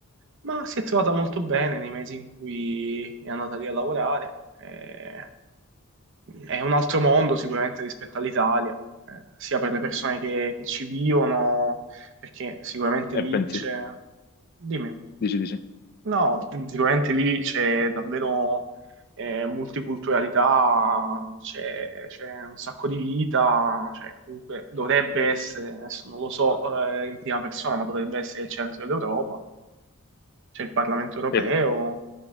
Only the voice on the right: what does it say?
Ma si è trovata molto bene nei mesi in cui è andata lì a lavorare. Eh, è un altro mondo sicuramente rispetto all'Italia, eh, sia per le persone che, che ci vivono, perché sicuramente
lì
c'è... Dimmi,
no, sicuramente lì c'è davvero eh, multiculturalità, c'è c'è un sacco di vita, cioè comunque dovrebbe essere, adesso non lo so eh, in prima persona, ma dovrebbe essere il centro dell'Europa c'è il Parlamento europeo,